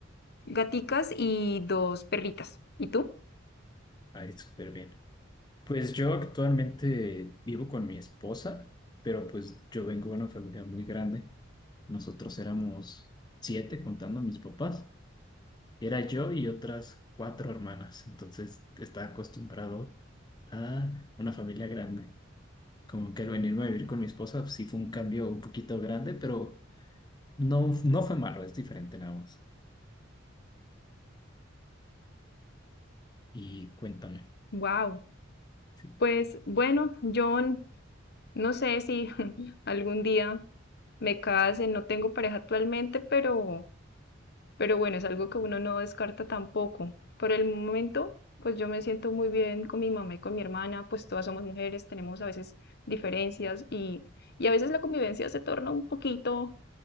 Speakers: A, on the left; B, on the left.
A: gaticas y dos perritas. ¿Y tú?
B: Ay, súper bien. Pues yo actualmente vivo con mi esposa, pero pues yo vengo de una familia muy grande. Nosotros éramos siete contando a mis papás. Era yo y otras cuatro hermanas, entonces estaba acostumbrado a una familia grande. como que el venirme a vivir con mi esposa pues, sí fue un cambio un poquito grande, pero no, no fue malo, es diferente nada más. Y cuéntame.
A: Wow.
B: Sí,
A: Pues bueno, yo n- no sé si <laughs> algún día me case, no tengo pareja actualmente, pero Pero bueno, es algo que uno no descarta tampoco. Por el momento, pues yo me siento muy bien con mi mamá y con mi hermana, pues todas somos mujeres, tenemos a veces diferencias y, y a veces la convivencia se torna un poquito